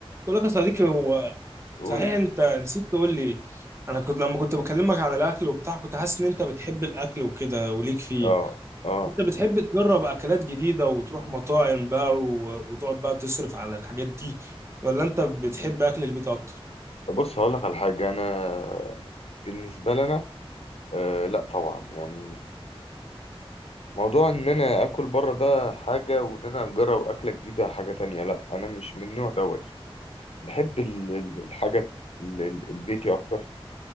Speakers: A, on the right; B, on the left.
A: بقول لك يا صديقي هو
B: قول
A: صحيح
B: يا باشا
A: انت نسيت تقول لي انا كنت لما كنت بكلمك عن الاكل وبتاع كنت حاسس ان انت بتحب الاكل وكده وليك فيه
B: اه اه
A: وانت بتحب تجرب اكلات جديدة وتروح مطاعم بقى و- وتقعد بقى تصرف على الحاجات دي ولا انت بتحب اكل البيت اكتر
B: بص هقول لك على حاجه انا بالنسبه لنا آه لا طبعا يعني موضوع ان انا اكل بره ده حاجه وان انا اجرب اكله جديده حاجه تانية لا انا مش من النوع دوت بحب ال- ال- الحاجه ال- ال- البيتي اكتر